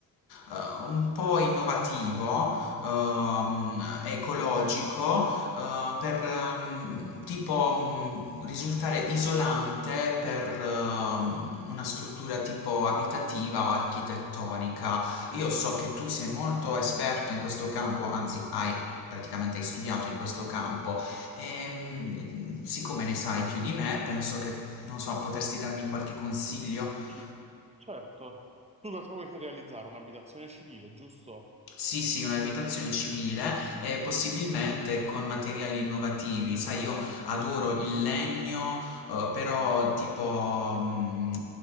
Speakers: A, on the left; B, on the right.
A: eh, un po' innovativo, ehm, ecologico, eh, per ehm, tipo mh, risultare isolante per ehm, una struttura tipo abitativa o architettonica. Io so che tu sei molto esperto in questo campo, anzi, hai praticamente hai studiato in questo campo e mh, siccome ne sai più di me, penso che, non so, potresti darmi qualche consiglio?
B: Sì, certo. Tu cosa vuoi per realizzare? Un'abitazione civile, giusto?
A: Sì, sì, un'abitazione civile e possibilmente con materiali innovativi. Sai, io adoro il legno, eh, però tipo... mh,